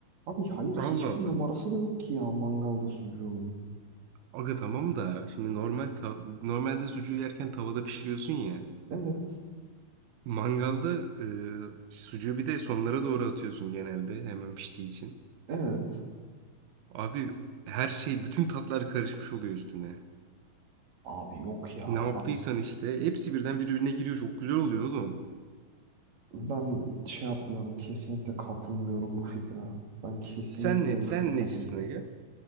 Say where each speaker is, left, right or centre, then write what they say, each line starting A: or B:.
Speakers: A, on the right; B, on the right.
A: Abi hayır hiçbir
B: Allah Allah.
A: numarası da yok ki ya mangalda sucuğun.
B: Aga tamam da şimdi normal ta- normalde sucuğu yerken tavada pişiriyorsun ya.
A: Evet.
B: Mangalda e, sucuğu bir de sonlara doğru atıyorsun genelde hemen piştiği için.
A: Evet.
B: Abi her şey bütün tatlar karışmış oluyor üstüne.
A: Abi yok ya
B: Ne yaptıysan
A: ben
B: işte hepsi birden birbirine giriyor çok güzel oluyor oğlum.
A: Ben şey yapmıyorum. Kesinlikle katılmıyorum bu fikre. Ben kesinlikle
B: Sen ne
A: bu
B: sen
A: fikre katılmıyorum.
B: necisin Aga?